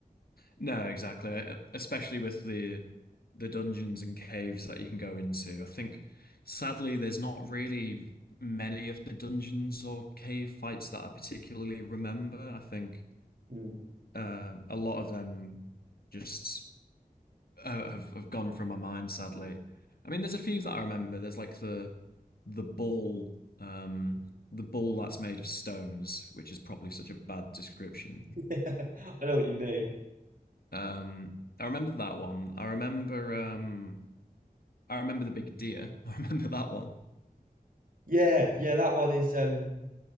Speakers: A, on the left (about 80°); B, on the right (about 65°).
A: No, exactly. e- Especially with the the dungeons and caves that you can go into. I think sadly there's not really many of the dungeons or cave fights that I particularly remember. I think
B: Mm.
A: uh, a lot of them just uh, have have gone from my mind, sadly. I mean, there's a few that I remember. There's like the the ball, um, the ball that's made of stones, which is probably such a bad description. <laughs>
B: <laughs> I know what you mean.
A: Um, I remember that one. I remember, um, I remember the big deer. <laughs> I remember that one.
B: Yeah, yeah, that one is um